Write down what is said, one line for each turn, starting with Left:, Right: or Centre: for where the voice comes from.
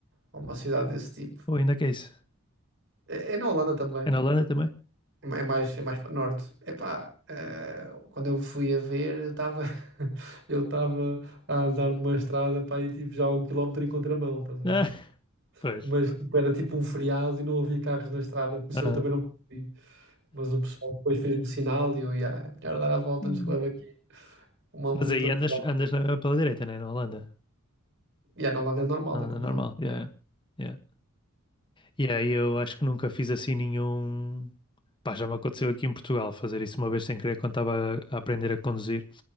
Right: ou uma cidade desse tipo.
Left: ou ainda que é isso?
Right: É, é na Holanda também.
Left: É na Holanda também?
Right: É ma- é mais, é mais para norte. Epá, eh, quando eu fui a ver, eu estava <laughs> eu estava a andar numa estrada, para e tipo já a um quilómetro em contramão, estás a ver?
Left: Ah, <laughs> pois.
Right: mas tipo, era tipo um feriado e não havia carros na estrada, por isso
Left: Ah.
Right: eu também não percebi. Mas o pessoal depois fez-me sinal e eu, yeah, é melhor dar a volta
Left: Hum.
Right: antes que leve aqui uma multa
Left: Mas aí
Right: pedal.
Left: andas, andas na mesma pela direita, né? Na Holanda.
Right: E yeah, na Holanda é normal,
Left: Na Holanda
Right: é como
Left: normal.
Right: não.
Left: Yeah, yeah. Yeah. E aí eu acho que nunca fiz assim nenhum. Pá, já me aconteceu aqui em Portugal fazer isso uma vez sem querer quando estava a a aprender a conduzir.